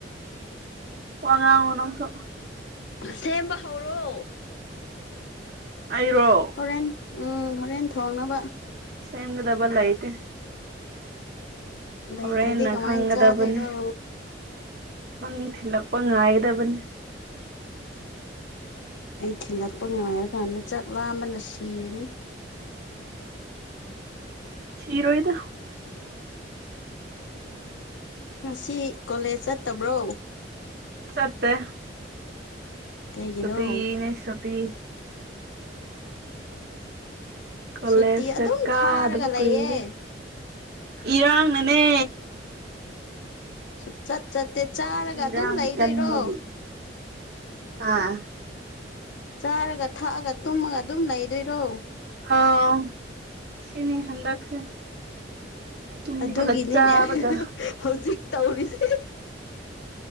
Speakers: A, on the right; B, on the left.
A: ꯋꯥ ꯉꯥꯡꯉꯣ ꯅꯪꯁꯨ꯫
B: ꯁꯦꯝꯕ ꯍꯧꯔꯣ꯫
A: ꯑꯩꯔꯣ꯫
B: ꯍꯣꯔꯦꯟ ꯎꯡ ꯍꯣꯔꯦꯟ ꯊꯣꯡꯅꯕ꯫
A: ꯁꯦꯝꯒꯗꯕ ꯂꯩꯇꯦ꯫
B: ꯂꯩꯇ꯭ꯔꯗꯤ
A: ꯍꯣꯔꯦꯟꯅ
B: ꯀꯃꯥꯏꯅ
A: ꯈꯪꯒꯗꯕꯅꯦ
B: ꯆꯥꯗꯣꯏꯔꯣ
A: ꯅꯪ ꯊꯤꯜꯂꯛꯄ ꯉꯥꯏꯒꯗꯕꯅꯤ꯫
B: ꯑꯩ ꯊꯤꯜꯂꯛꯄ ꯉꯥꯏꯔꯀꯥꯟꯗ ꯆꯥꯛ ꯂꯥꯝꯕꯅ ꯁꯤꯔꯅꯤ꯫
A: ꯁꯤꯔꯣꯏꯗ꯫
B: ꯉꯁꯤ ꯀꯣꯂꯦꯖ ꯆꯠꯇꯕ꯭ꯔꯣ꯫
A: ꯆꯠꯇꯦ꯫
B: ꯀꯩꯒꯤꯅꯣ
A: ꯁꯨꯇꯤꯅꯦ ꯁꯨꯇꯤ꯫ ꯀꯣꯂꯦꯖꯀ
B: ꯁꯨꯇꯤ ꯑꯗꯨꯝ
A: ꯀꯥꯗꯕ
B: ꯊꯥꯔꯒ ꯂꯩꯌꯦ
A: ꯀꯨꯏꯔꯦ ꯏꯔꯥꯡꯅꯅꯦ꯫
B: ꯁꯨꯛꯆꯠ ꯆꯠꯇꯦ ꯆꯥꯔꯒ
A: ꯏꯔꯥꯡ
B: ꯑꯗꯨꯝ ꯂꯩꯗꯣꯏꯔꯣ꯫
A: ꯀꯟꯕꯒꯤ ꯑꯥ꯫
B: ꯆꯥꯔꯒ ꯊꯛꯑꯒ ꯇꯨꯝꯃꯒ ꯑꯗꯨꯝ ꯂꯩꯗꯣꯏꯔꯣ꯫
A: ꯑꯧ ꯁꯤꯅꯤ ꯍꯟꯗꯛꯁꯦ꯫ ꯇꯨꯝꯕꯒ
B: ꯑꯗꯨꯒꯤꯅꯤꯅꯦ
A: ꯆꯥꯕꯒ
B: <unintelligible> ꯍꯧꯖꯤꯛ ꯇꯧꯔꯤꯁꯦ꯫